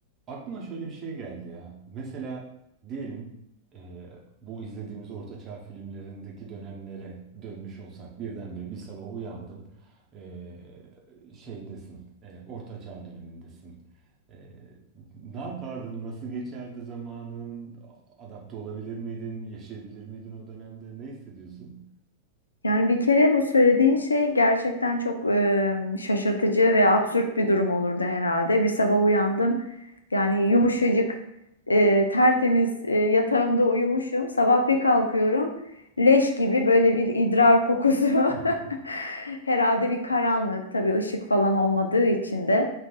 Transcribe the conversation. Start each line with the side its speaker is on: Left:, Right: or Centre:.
Right: Aklıma şöyle bir şey geldi ya. Mesela diyelim e, bu izlediğimiz ortaçağ filmlerindeki dönemlere dönmüş olsak birdenbire bir sabah uyandın e, şeydesin e, ortaçağ dönemindesin. E, ne yapardın? Nasıl geçerdi zamanın? Adapte olabilir miydin? Yaşayabilir miydin o dönemde? Ne hissediyorsun?
Left: Yani bir kere bu söylediğin şey gerçekten çok e, şaşırtıcı ve absürt bir durum olurdu herhalde. Bir sabah uyandım yani yumuşacık e, tertemiz e, yatağımda uyumuşum. Sabah bir kalkıyorum leş gibi böyle bir idrar kokusu.
Right: <laughs>
Left: <laughs> Herhalde bir karanlık tabii ışık falan olmadığı için de